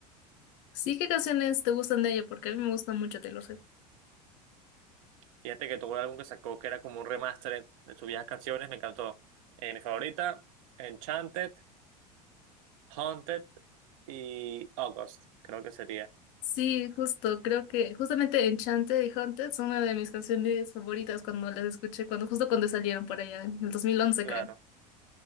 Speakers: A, on the left; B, on the right.
A: Sí, ¿qué canciones te gustan de ella? Porque a mí me gusta mucho Taylor Swift.
B: Fíjate que tuvo un álbum que sacó que era como un remaster de sus viejas canciones, me encantó. Eh, mi favorita, Enchanted. Haunted y August, creo que sería,
A: Sí, justo, creo que justamente Enchanted y Haunted son una de mis canciones favoritas cuando las escuché, cuando justo cuando salieron por allá, en el 2011
B: claro.
A: creo.